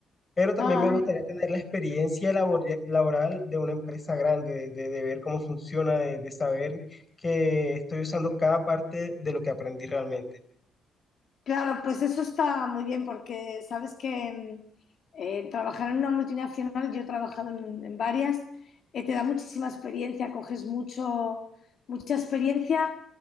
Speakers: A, on the left; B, on the left.
A: Pero también
B: Ah.
A: me gustaría tener la experiencia labor- laboral de una empresa grande, de, de- ver cómo funciona, de, de saber que estoy usando cada parte de lo que aprendí realmente.
B: Claro, pues eso está muy bien porque sabes que eh, trabajar en una multinacional, yo he trabajado en, en varias, eh, te da muchísima experiencia, coges mucho, mucha experiencia